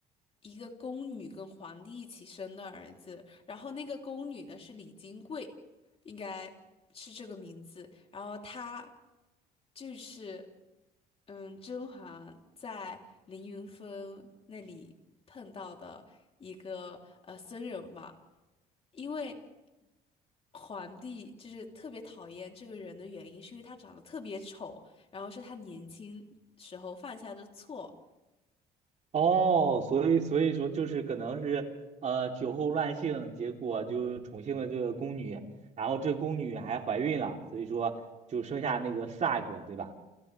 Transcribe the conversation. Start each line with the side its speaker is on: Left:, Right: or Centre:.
Left: 一个宫女跟皇帝一起生的儿子。然后那个宫女呢是李金贵，应该是这个名字。然后他就是，嗯，甄嬛在凌云峰那里碰到的一个呃僧人嘛，因为皇帝就是特别讨厌这个人的原因，是因为他长得特别丑，然后是他年轻时候犯下的错。
Right: 哦，所以所以说就是可能是呃酒后乱性，结果就宠幸了这个宫女，然后这宫女还怀孕了，所以说就生下那个 Sag，对吧？